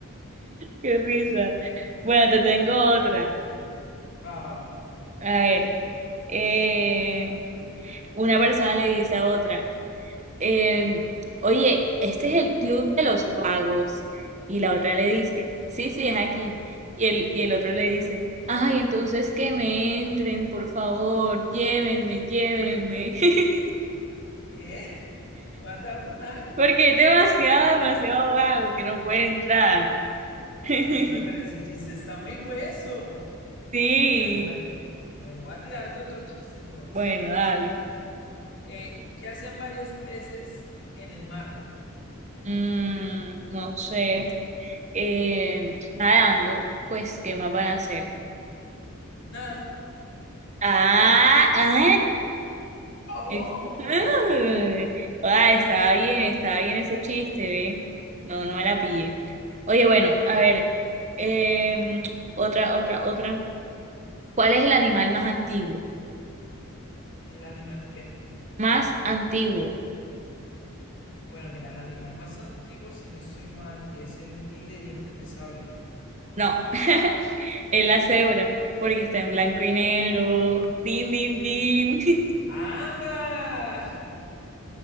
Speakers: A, on the right; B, on the left.
A: Qué risa. Bueno, te
B: Mierda.
A: tengo otra.
B: Va, va, va.
A: A ver. eh, una persona le dice a otra. eh, oye, este es el club de los vagos. Y la otra le dice, sí, sí, es aquí. Y el, y el otro le dice, ay, entonces que me entren, por favor, llévenme, llévenme. <laughs>
B: ¿Qué? What the fuck?
A: Porque es demasiado, demasiado vago que no puede entrar. <laughs>
B: Hombre, pero ese chiste está muy hueso.
A: Sí,
B: Bueno, bueno. Bueno, voy a tirarte otro chiste entonces.
A: bueno, dale.
B: Eh, ¿qué hacen varios peces en el mar?
A: Mm, no sé. Eh, nadando, pues, ¿qué más van a hacer?
B: Nada.
A: Ah, ah,
B: ¡Oh!
A: ex- ah. Ah, estaba bien, estaba bien ese chiste, ve. No, no me la pillé. Oye, bueno, a ver, em, otra, otra, otra. ¿Cuál es el animal más antiguo?
B: ¿El animal qué?
A: Más antiguo.
B: Bueno, mira, el animal más antiguo, si no estoy mal, es el tigre de dientes de sable, ¿no?
A: No, <laughs> es la cebra, porque está en blanco y negro. Din, din, din. <laughs>
B: ¡Anda!